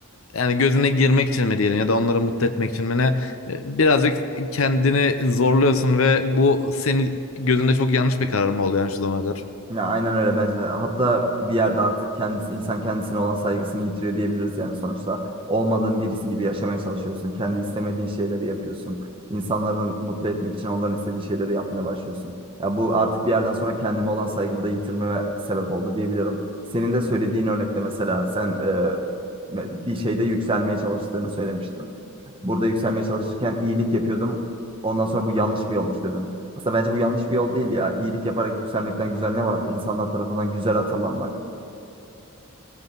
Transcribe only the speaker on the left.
yani gözüne girmek için mi diyelim ya da onları mutlu etmek için mi ne e, birazcık kendini zorluyorsun ve bu senin gözünde çok yanlış bir karar mı oldu yani şu zamana kadar?